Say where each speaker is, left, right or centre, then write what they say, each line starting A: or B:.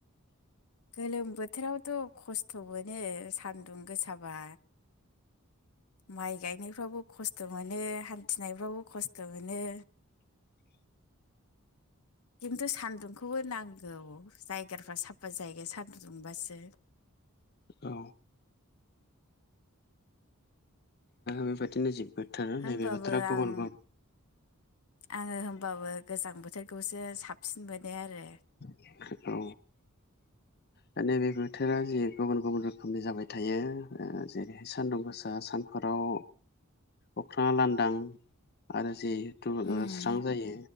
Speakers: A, on the left; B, on the left.
A: गोलोम बोथोरावथ' खस्थ' मोनो सान्दुं गोसाबा। माइ गायनायफ्रावबो खस्थ' मोनो हान्थिनायफ्रावबो खस्थ' मोनो।
B: <inaudible>
A: खिन्थु सान्दुंखौबो नांगौ जायगाफ्रा साफा जायगा सान्दुं दुंबासो।
B: औ। बेबायदिनो जिब बोथोर
A: होमबाबो
B: नैबे बोथोरा गुबुन
A: आं
B: गु
A: आङो होमबाबो गोजां बोथोरखौसो साबसिन मोनो आरो
B: औ। दा नैबे बोथोरा जि गुबुन गुबुन रोखोमनि जाबाय थायो जेरैहाय सानदुं गोसा सानफोराव। अख्राङा लांदां आरो जे
A: उम
B: स्रां जायो